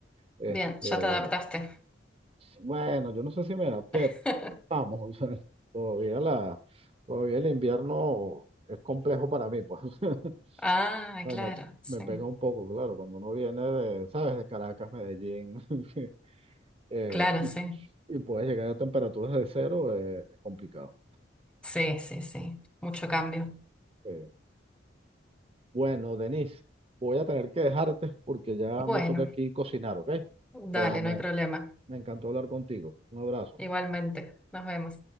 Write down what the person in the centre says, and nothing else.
bien, ya te adaptaste.
<laughs>
Ah,
claro,
sí.
Claro,
sí.
Sí, sí, sí. Mucho cambio.
Bueno,
dale,
no hay problema.
Igualmente, nos vemos.